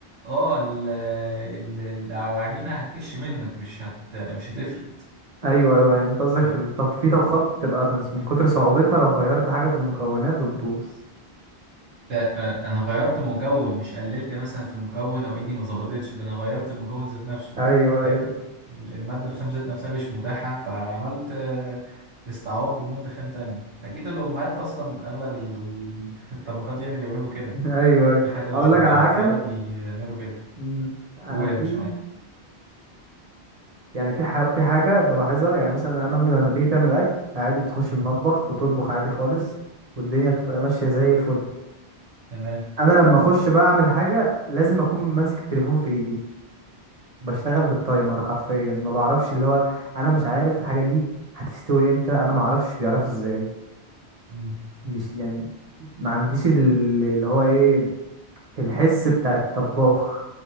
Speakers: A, on the right; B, on the right.
A: اه ال- ال- ال- العجينه هتكش منك مش هت مش هتفرق
B: ايوه ايوه يعني انت قصدك
A: ف
B: في ال- طب في طبخات بتبقى من من كتر صعوبتها لو غيرت حاجه في المكونات بتبوظ
A: ده آه، انا غيرت مكون مش قللت مثلا في المكون او ايدي ما ظبطتش ده انا غيرت المكون ذات نفسه
B: ايوه
A: فاهم
B: ايوه <laughs>
A: ال- الماده الخام ذات نفسها مش متاحه فعملت آه، استعوضت بماده خام تانية اكيد الامهات اصلا اغلب ال- <laughs> الطبخات يعني بيعملوا كده
B: ايوه ايوه
A: في حاجه مش
B: اقول لك
A: متوفره
B: على حاجه
A: بيعملوا كده
B: مم، انا
A: قول
B: في
A: يا باشا معاك
B: يعني في ح... في حاجه بلاحظها يعني مثلا انا امي لما تيجي تعمل اكل عادي بتخش
A: مم.
B: المطبخ وتطبخ عادي خالص والدنيا بتبقى ماشيه زي الفل
A: تمام
B: انا لما اخش بقى اعمل حاجه لازم اكون ماسك التليفون في ايدي بشتغل بالتايمر حرفيا ما بعرفش اللي هو انا مش عارف الحاجه دي هتستوي امتى انا ما اعرفش بيعرفوا ازاي
A: مم.
B: مش يعني ما عنديش ال- اللي هو ايه الحس بتاع الطباخ